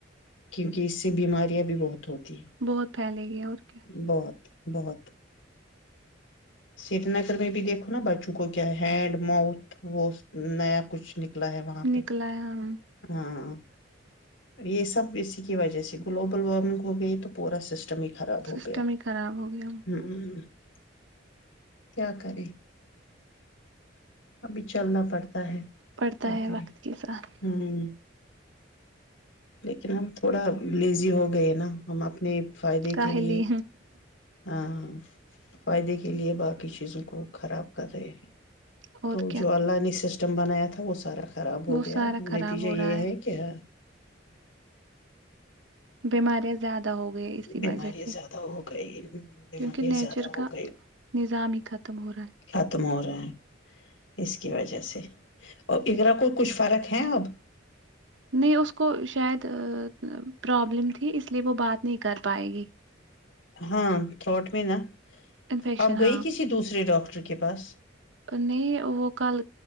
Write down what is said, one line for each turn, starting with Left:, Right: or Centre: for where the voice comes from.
Left: کیونکہ اس سے بیماریاں بھی بہت ہوتی
Right: بہت پھیلے گی اور کیا
Left: ہے بہت بہت سری نگر میں بھی دیکھو نا بچوں کو کیا ہینڈ ماؤتھ و نیا کچھ نکل کھلا ہے وہاں پہ
Right: نکلا ہے ہم
Left: ہاں یہ سب اسی کی وجہ سے گلوبل وارمنگ ہو گئی تو پورا سسٹم ٹمی ہی خراب ہو
Right: سسٹم
Left: گیا
Right: ہی خراب ہو گیا
Left: ہ <unintelligible> کیا کرے ابھی چلنا پڑتا ہے ہے
Right: پڑتا
Left: کیا
Right: ہے
Left: کرے
Right: وقت کے ساتھ
Left: ہ لیکن ہم تھوڑا لیزی ہو گئے نا ہم اپنے فائدے
Right: کاہلی
Left: کے لیے ہاں پائی دیکھیے لئے باقی چیزوں کو خراب کر رہے ہیں
Right: اور
Left: تو
Right: کیا
Left: جو اللہی سسٹم سسٹم بنایا تھا وہ سارا تھا خراب ہو
Right: وہ
Left: گیا
Right: سارا
Left: نتیجہ
Right: خراب ہو
Left: یہ
Right: رہا
Left: ہے کیا
Right: بیماریں زیادہ ہو گئی اسی
Left: بیمارییا
Right: وجہ سے
Left: زیادہ ہو گئی بیمارییا
Right: کیونکہ نیچر
Left: زیادہ
Right: کا
Left: ہو گئی
Right: نظام ہی ختم ہو رہا ہے
Left: ختم ہو رہا ہے اس کی وجہ سے اور اگرگرا کوئی کچھ فرق ہے اب
Right: نہیں اس کو شاید پرابلم تھی اس لیے وہ بات نہیں کر پائے گی
Left: ہاں ٹھو ٹ م نا
Right: انفیکشن
Left: اب گئی
Right: ہاں
Left: کسی دوسرے ڈاکٹر ٹر کے پاس <unintelligible>
Right: نہیں وہ کل